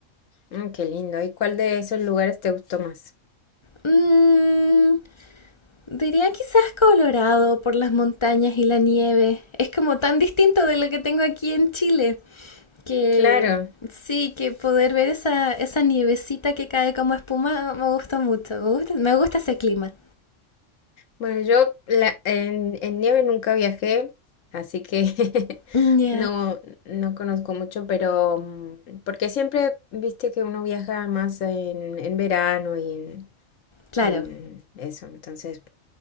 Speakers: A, on the left; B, on the left.
A: mm, qué lindo. ¿Y cuál de esos lugares te gustó más?
B: Mm, Diría quizás Colorado por las montañas y la nieve. Es como tan distinto de lo que tengo aquí en Chile, que
A: Claro.
B: sí, que poder ver esa, esa nievecita que cae como espuma me gusta mucho, me gusta, me gusta ese clima.
A: Bueno, yo la- en, en nieve nunca viajé, así que <laughs>
B: Mm, Ya,
A: no, no conozco mucho, pero mm, porque siempre viste que uno viaja más en, en verano y en,
B: claro.
A: y en eso, entonces